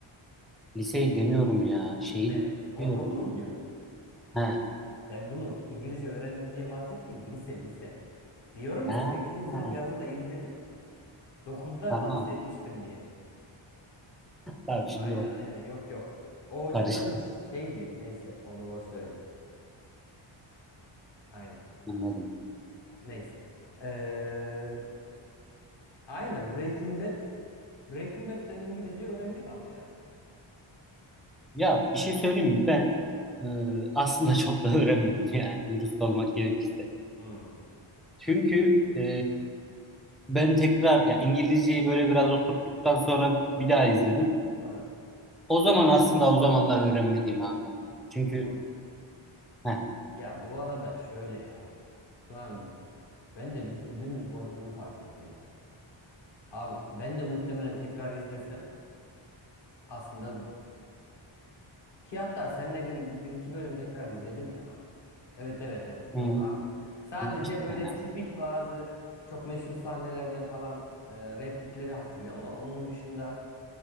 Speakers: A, in the centre; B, on the left (about 55°).
A: Liseyi demiyorum ya. Şeyi
B: Ne? Ortaokulu
A: diyorum.
B: mu diyorsun?
A: Ha,
B: Ben bunu İngilizce öğrendim diye bahsettiğim lise lise. Diyorum
A: ha,
B: ya sekizinci
A: he.
B: sınıf yazında izledim. dokuzda
A: Tamam.
B: bahsetmiştim diye.
A: Tabii şimdi
B: Aynen
A: oldu.
B: aynen yok yok. O hocanın
A: Karıştı.
B: adı şeydi. Neyse onu boş verelim. Aynen.
A: Anladım.
B: Neyse. Ee, Aynen Breaking Bad. Breaking Bad'den İngilizce öğrendik ama ya.
A: Ya bir şey söyleyeyim mi? Ben e, aslında <laughs> çok da öğrenmedim yani dürüst olmak gerekirse.
B: Hmm.
A: Çünkü e, ben tekrar ya İngilizceyi böyle biraz oturttuktan sonra bir daha izledim.
B: Ha.
A: O zaman aslında o zamanlar öğrenmediğimi anladım. Çünkü
B: Okey.
A: heh,
B: Ya bu arada şöyle ya. Şu an ben de düp- dümdüz konuştuğumu fark ettim ya. Abi ben de muhtemelen tekrar izlesem aslında ki hatta seninle bir, bir iki bölüm tekrar izledim ya. Evet evet evet
A: hı.
B: yok abi. Sadece
A: İlk
B: böyle
A: sene.
B: tipik bazı çok meşhur sahnelerden kalan e, replikleri hatırlıyorum ama onun dışında